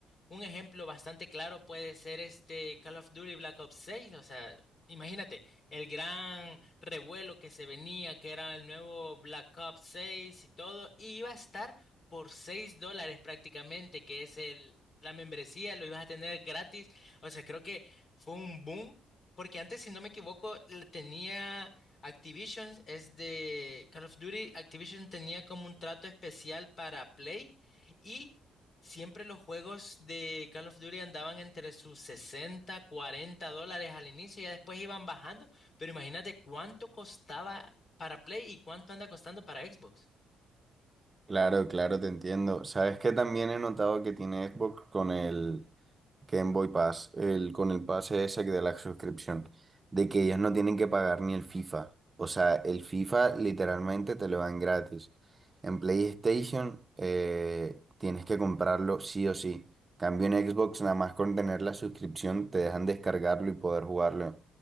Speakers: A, on the left; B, on the right.
A: un ejemplo bastante claro puede ser este Call of Duty Black Ops 6. O sea, imagínate el gran revuelo que se venía, que era el nuevo Black Ops 6 y todo, y iba a estar por 6 dólares prácticamente, que es el, la membresía, lo ibas a tener gratis. O sea, creo que fue un boom, porque antes, si no me equivoco, le tenía Activision, es de Call of Duty, Activision tenía como un trato especial para Play y siempre los juegos de Call of Duty andaban entre sus 60 40 dólares al inicio y ya después iban bajando, pero imagínate cuánto costaba para Play y cuánto anda costando para Xbox.
B: Claro, claro, te entiendo. Sabes que también he notado que tiene Xbox con el, Game Boy Pass, el, con el pase ese de la suscripción, de que ellos no tienen que pagar ni el FIFA. O sea, el FIFA literalmente te lo dan gratis. En PlayStation eh, tienes que comprarlo sí o sí. Cambio en Xbox, nada más con tener la suscripción, te dejan descargarlo y poder jugarlo